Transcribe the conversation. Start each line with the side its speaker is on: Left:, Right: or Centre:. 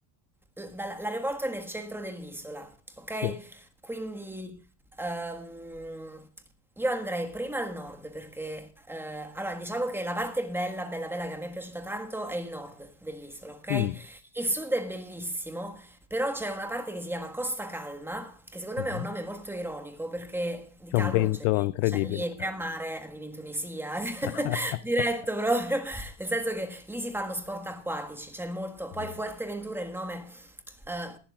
Centre: l- dall- l'aeroporto è nel centro dell'isola, ok?
Left: Sì.
Centre: Quindi ehm, io andrei prima al nord perché, eh, allora, diciamo che la parte bella, bella, bella che a me è piaciuta tanto è il nord dell'isola, ok?
Left: Mm.
Centre: Il sud è bellissimo, però c'è una parte che si chiama Costa Calma, che secondo
Left: Mhm.
Centre: me è un nome molto ironico perché di
Left: C'è
Centre: calmo
Left: un vento
Centre: non c'è niente,
Left: incredibile.
Centre: cioè lì entri a mare, arrivi in Tunisia,
Left: <laughs>
Centre: <laughs> diretto proprio, nel senso che lì si fanno sport acquatici, c'è molto, poi
Left: Mm,
Centre: Fuerteventura è il nome eh,